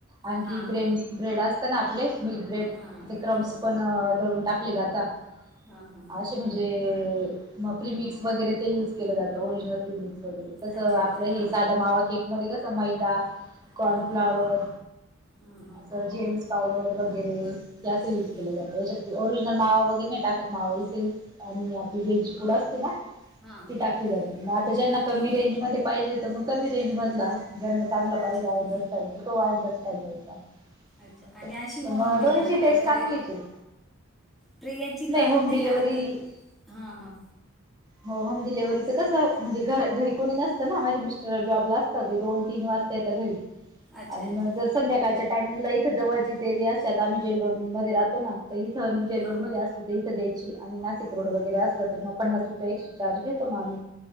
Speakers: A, on the right; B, in the centre.
A: आणखी
B: हां
A: ब्रेड
B: हां
A: ब्रेड असत ना आपले मिल्क ब्रेड
B: हां
A: तिथे क्रम्स
B: हो
A: पण दळून टाकले जातात
B: हा हा
A: असे म्हणजे मग प्रिमिक्स वगैरे ते यूज केलं जातं ओरिजिनल प्रिमिक्स वगैरे तसं
B: अच्छा
A: आपलं
B: अच्छा हां
A: हे साधा मावा केक मध्ये कसं मैदा कॉर्नफ्लावर
B: हां हां हां हां
A: असं जेएम पावडर वगैरे याच
B: हं
A: यूज केले जातं त्याच्यात ओरिजिनल मावा वगैरे नाही टाकत मावा ह सेल्स आणि आपली वेलची कुडं असते ना
B: हां हां
A: ती टाकली
B: हां
A: जाते मग आता ज्यांना
B: अच्छा
A: कमी रेंजमध्ये पाहिजे तर मग कमी रेंजमधला ज्यांना चांगला
B: अच्छा
A: पाहिजे आयंगर स्टाईल तो आयंगर स्टाईल द्यायचा
B: अच्छा
A: असं
B: आणि अशी
A: तर
B: होम
A: मग दोन्हीची
B: डिलिव्हरी
A: टेस्ट
B: वगैरे
A: चांगलीच आहे
B: प्रियाची पण
A: होम
B: नाही
A: डिलेव्हरी
B: आता हा हां
A: हो डिलेव्हच कसं म्हणजे घ घरी कोणी नसतं ना माझे मिस्टर जॉब ला असतं ते दोन तीन वाजता येत घरी
B: अच्छा
A: आणि
B: अच्छा
A: मग जर संध्याकाळच्या टायमिंगला इथे जवळची ते एरी असत तर आम्ही जेंलोड मध्ये राहतो ना तर इथं जे
B: हां
A: रोडमध्येध्ये असले ते इथं द्याची आणि नाशिक रोड वगैरे असलं तर मग पन्नास रुपये एक्स्ट्रा चार्ज घेत म्